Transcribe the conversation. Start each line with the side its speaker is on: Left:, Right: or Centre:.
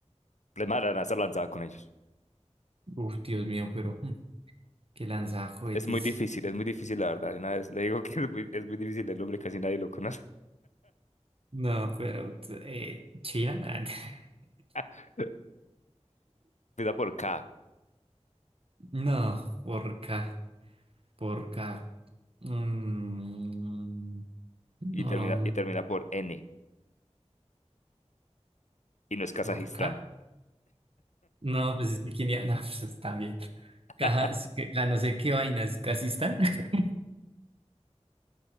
Left: Además, la NASA lanzaba con ellos.
Right: Uf, Dios mío, pero hmm, que lanza cohetes.
Left: Es muy difícil, es muy difícil, la verdad. Una vez le digo <laughs> que es muy, es muy difícil el nombre, casi nadie lo conoce.
Right: No, pero eh, China. <laughs>
Left: <laughs> Empieza por K.
Right: No, porca, porca. Mm, no,
Left: y termina, y termina por N, y no es Kazajistán.
Right: porca. No, pues es que quién iba- <laughs> No, pues también. Caja,
Left: <laughs>
Right: es que- ja, no sé qué vainas, casi están. <laughs>